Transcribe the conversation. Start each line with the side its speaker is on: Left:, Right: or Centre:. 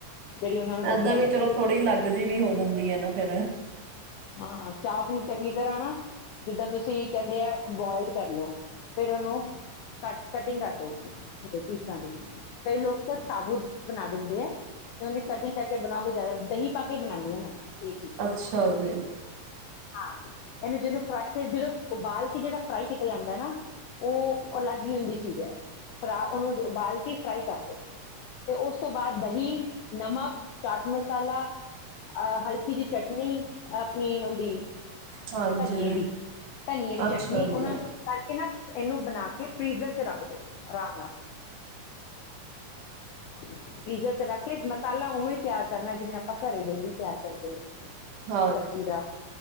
Left: ਜਿਹੜੀ ਉਹਨਾਂ ਨੂੰ ਵਧੀਆ
Right: ਏਦਾਂ
Left: ਲੱਗੇ
Right: ਵੀ ਚਲੋ ਥੋੜ੍ਹੀ ਅਲੱਗ ਜੀ ਵੀ ਹੋ ਜਾਂਦੀ ਆ ਨਾ ਫੇਰ
Left: ਹਾਂ ਚਾਪ ਨੂੰ ਚੰਗੀ ਤਰ੍ਹਾਂ ਨਾ ਜਿੱਦਾਂ ਤੁਸੀਂ ਕਹਿੰਦੇ ਆ ਬੋਇਲ ਕਰਲੋ ਫਿਰ ਉਹਨੂੰ ਕਟ ਕਟਿੰਗ ਕਰਦੋ ਉਹਦੇ ਪੀਸਾਂ ਦੀ ਕਈ ਲੋਕ ਤਾਂ ਸਾਬੂਤ ਬਣਾ ਦਿੰਦੇ ਆ, ਤੇ ਉਹਨਾ ਦੀ ਕੰਟੀਗ ਕ ਕੇ ਬਣਾਓਗੇ ਜਿਆਦਾ ਦਹੀਂ ਪਾ ਕੇ ਬਣਾਨੀ ਆ ਮੈਂ। ਇਹ ਚੀਜ਼
Right: ਅੱਛਾ ਜੀ,
Left: ਹਾਂ ਇਹਨੂੰ ਜਦੋਂ ਫਰਾਈ ਫਿਰ ਜਦੋਂ ਉਬਾਲ ਕੇ ਜਿਹੜਾ ਫਰਾਈ ਕੀਤਾ ਜਾਂਦਾ ਹੈ, ਨਾ ਉਹ ਅਲੱਗ ਹੀ ਹੁੰਦੀ ਚੀਜ਼ ਹੈ, ਫਰਾ ਉਹਨੂੰ ਉਬਾਲ ਕੇ ਕਿ ਫਰਾਈ ਕਰ ਦੋ ਤੇ ਉਸ ਤੋਂ ਬਾਅਦ ਦਹੀਂ ਨਮਕ ਚਾਟ ਮਸਾਲਾ ਅ ਹਲਕੀ ਜੀ ਚਟਨੀ ਆਪਣੀ ਉਹਦੀ
Right: ਹਾਂਜੀ,
Left: ਧਨੀਏ ਦੀ ਧਨੀਏ ਦੀ
Right: ਅੱਛਾ
Left: ਚਟਨੀ
Right: ਜੀ,
Left: ਉਹਨਾਂ ਨੂੰ ਕਰਕੇ ਨਾ ਇਹਨੂੰ ਬਣਾ ਕੇ ਫਰੀਜ਼ਰ ਚ ਰੱਖ ਦੋ ਆਰਾਮ ਨਾਲ ਫਰੀਜਰ ਰੱਖ ਕੇ ਮਸਾਲਾ ਉਵੇਂ ਤਿਆਰ ਕਰਨਾ ਜਿਵੇਂ ਆਪਾਂ ਘਰੇ ਡੇਲੀ ਤਿਆਰ ਕਰਦੇ ਹਾਂ
Right: ਹਾਂ
Left: ਸਬਜ਼ੀ ਦਾ